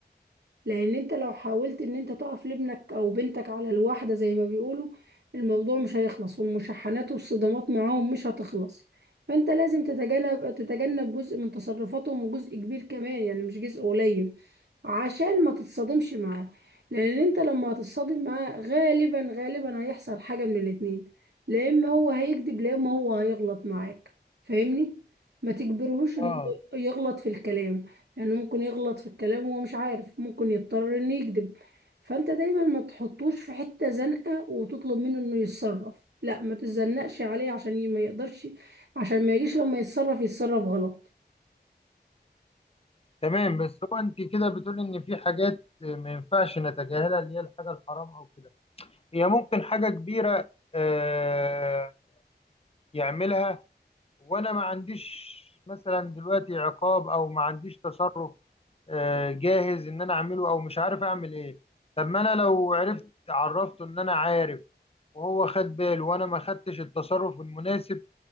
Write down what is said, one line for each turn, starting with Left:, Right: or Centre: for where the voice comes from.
Right: لان انت لو حاولت ان انت تقف لابنك او بنتك على الواحدة زي ما بيقولوا الموضوع مش هيخلص والمشاحنات والصدامات معاهم مش هتخلص فانت لازم تتجنب تتجنب جزء من تصرفاتهم وجزء كبير كمان يعني مش جزء قليل عشان ما تتصادمش معاه لان انت لما هتتصادم معاه غالبا غالبا هيحصل حاجة من الاتنين لا اما هو هيكذب لا اما هو هيغلط معاك فاهمني ما تجبرهوش انه
Left: اه
Right: يغلط في الكلام لأنه ممكن يغلط في الكلام وهو مش عارف ممكن يضطر إنه يكذب فأنت دايما ما تحطوش في حتة زنقة وتطلب منه إنه يتصرف لا ما تتزنقش عليه عشان ي- ما يقدرش عشان ما يجيش لما يتصرف يتصرف غلط
Left: تمام بس هو انت كده بتقول ان في حاجات آه، ما ينفعش نتجاهلها اللي هي الحاجه الحرام او كده هي ممكن حاجه كبيره آه، يعملها وانا ما عنديش مثلا دلوقتي عقاب او ما عنديش تصرف آه، جاهز ان انا اعمله او مش عارف اعمل ايه طب ما انا لو عرفت عرفته ان انا عارف وهو خد باله وانا ما خدتش التصرف المناسب